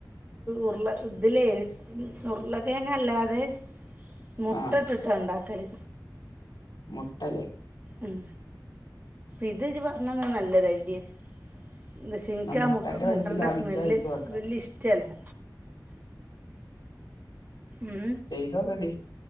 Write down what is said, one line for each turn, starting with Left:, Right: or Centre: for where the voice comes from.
Right: ഉർള ഇതിലേ ഉർളക്കേങ്ങ് അല്ലാതെ മുട്ട
Left: ആഹ്
Right: ഇട്ടിട്ടാ ഇണ്ടാക്കല്
Left: മുട്ടലേ
Right: ഉം ഇത് ഇജ്ജ് പറഞ്ഞെന്നേ നല്ലൊരു ഐഡിയേ എന്താച്ചാ ഇന്ക്കാ
Left: ആ
Right: മുട്ട മുട്ടന്റെ
Left: പൈസ ലാഭിച്ചാ
Right: സ്മെല്ല്
Left: ഇക്ക് വെക്കാം
Right: വല്യ ഇഷ് ട്ടല്ലാ ഉം
Left: ചെയ്തോക്കേണ്ടി